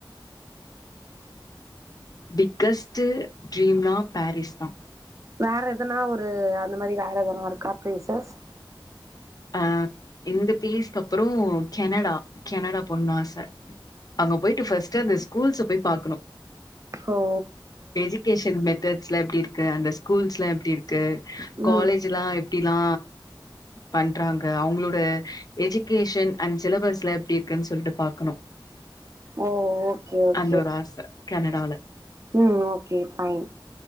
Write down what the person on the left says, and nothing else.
பிக்கஸ்ட்டு ட்ரீம்னா பேரிஸ் தா
ஆ இந்த பீஸ்க்கப்றோ கெனடா கெனடா போணுணு ஆச அங்க பேய்ட்டு ஃபஸ்ட்டு அந்த ஸ்கூல்ஸ போய் பாக்கணு
எஜுகேஷன் மெத்தட்ஸ்லா எப்டி இருக்கு அந்த ஸ்கூல்ஸ்லா எப்டி இருக்கு காலேஜ்லா
எப் டிலா பண்றாங்க அவுங்ளோட எஜிகேஷன் அண்ட் சிலபஸ்லா எப்டி இருக்குன் சொல்டு பாக்கணு
அந்த ஒரு ஆச கனடால